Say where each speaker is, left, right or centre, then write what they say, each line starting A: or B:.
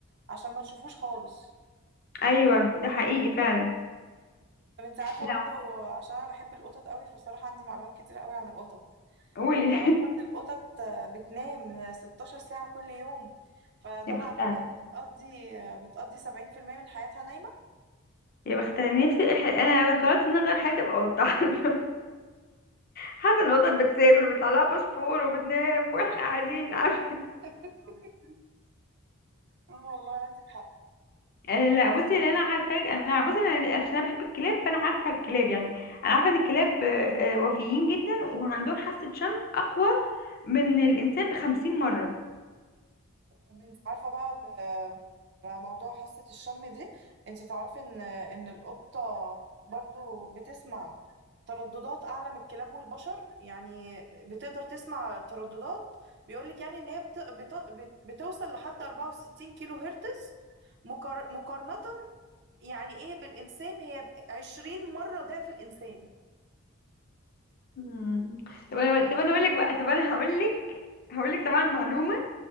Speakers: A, on the right (about 50°); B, on the left (about 45°).
A: عشان ما تشوفوش خالص
B: ايوه ده حقيقي فعلا
A: طب انت عارفة
B: لا
A: برضو عشان انا بحب القطط قوي فبصراحة عندي معلومات كتيرة قوي عن القطط
B: قولي
A: انت عارفة ان القطط بتنام 16 ساعة كل يوم فده
B: <laughs> يا بختها
A: معناه ان هي بتقضي بتقضي 70% من حياتها نايمة
B: يا بختها نفسي إح- انا قررت ان أنا اغير حياتي ابقى قطه <laughs> عارفة؟ حتى ان القطط بتسافر بيطلع لها باسبور وبتنام واحنا قاعدين عارفه
A: <laughs> اه والله عندك حق
B: آه، لا بصي اللي انا عارفاه انا بصي انا عشان انا بحب الكلاب فانا عارفه الكلاب يعني انا عارفه ان الكلاب آه، آه، وفيين جدا وعندهم حاسه شم اقوى من الانسان بخمسين مره
A: طب انت عارفة بقى ب... على موضوع حاسة الشم دي انت تعرفي ان ان القطة برضو بتسمع ترددات اعلى من الكلاب والبشر يعني بتقدر تسمع ترددات بيقولك يعني ان هي بت... بت... بت... بتوصل لحد 64 كيلو هرتز مقار... مقارنة يعني ايه بالانسان هي ب- عشرين مرة ضعف الانسان
B: مم. طب انا طب انا اقول لك بقى طب انا هقول لك هقول لك طبعا معلومه